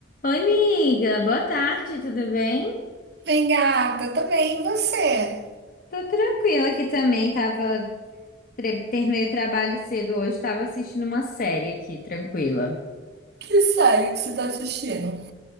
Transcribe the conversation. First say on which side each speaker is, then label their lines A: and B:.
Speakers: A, on the left; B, on the right.
A: Oi, amiga. Boa tarde, tudo bem?
B: Bem, gata, tô bem, e você?
A: Tô tranquila aqui também. Tava tre- terminei o trabalho cedo hoje, tava assistindo uma série aqui, tranquila.
B: Que série que você tá assistindo?